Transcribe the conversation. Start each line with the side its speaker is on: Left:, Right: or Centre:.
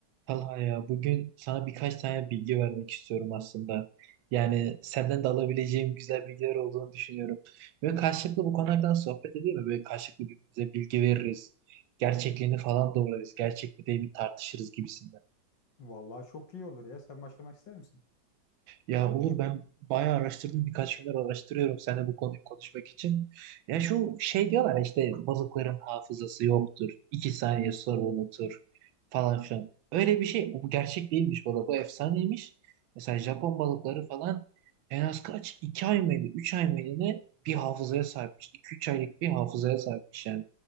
Right: Talha ya bugün sana birkaç tane bilgi vermek istiyorum aslında. Yani senden de alabileceğim güzel bilgiler olduğunu düşünüyorum. Böyle karşılıklı bu konulardan sohbet edelim mi? Böyle karşılıklı birbirimize bilgi veririz. Gerçekliğini falan doğrularız. Gerçek mi değil mi tartışırız gibisinden.
Left: Vallahi çok iyi olur ya. Sen başlamak ister misin?
Right: Ya Uğur ben bayağı araştırdım. Birkaç gündür araştırıyorum seninle bu konuyu konuşmak için. Ya şu şey diyorlar ya, işte balıkların hafızası yoktur. iki saniye sonra unutur falan filan. Öyle bir şey. Bu gerçek değilmiş bu arada. Bu efsaneymiş. Mesela Japon balıkları falan en az kaç? iki ay mıydı? Üç ay mıydı ne? Bir hafızaya sahipmiş. iki üç aylık bir hafızaya sahipmiş yani.